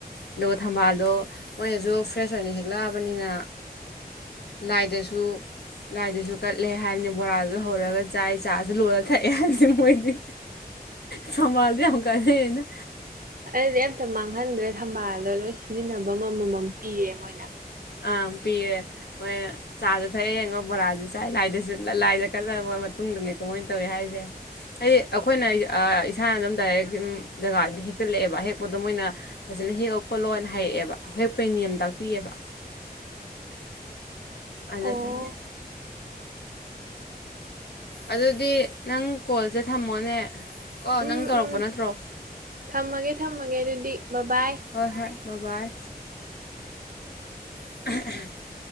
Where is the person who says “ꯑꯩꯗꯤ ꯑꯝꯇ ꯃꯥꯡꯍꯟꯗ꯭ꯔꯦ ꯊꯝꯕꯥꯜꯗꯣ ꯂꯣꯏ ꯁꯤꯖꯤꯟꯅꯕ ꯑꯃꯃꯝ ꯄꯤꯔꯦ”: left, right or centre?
Right